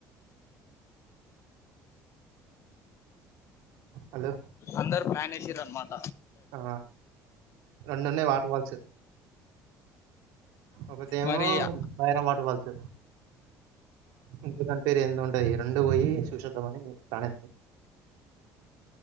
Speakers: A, on the right; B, on the left.
A: హలో
B: అందరు ప్లానేసిన్రు అన్నమాట
A: ఆ రెండున్నాయి వాటర్ ఫాల్స్ ఒకటి ఏమో
B: మరి ఆ
A: భైరం వాటర్ ఫాల్స్, ఇంకోదాని పేరు ఏందో ఉంటది. రెండూ పోయి చూసొద్దమని ప్లాన్